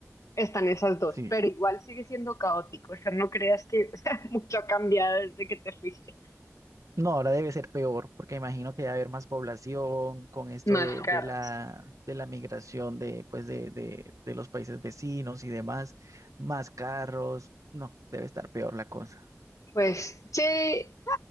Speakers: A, on the left; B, on the right.
A: Están esas dos,
B: Sí,
A: pero igual sigue siendo caótico. O sea, no creas que <laughs> o sea, mucho ha cambiado desde que te fuiste.
B: No, ahora debe ser peor, porque imagino que va a haber más población con esto
A: Más
B: de,
A: carros.
B: de la, de la migración de, pues de, de, de los países vecinos y demás, más carros. No, debe estar peor la cosa.
A: Pues, che,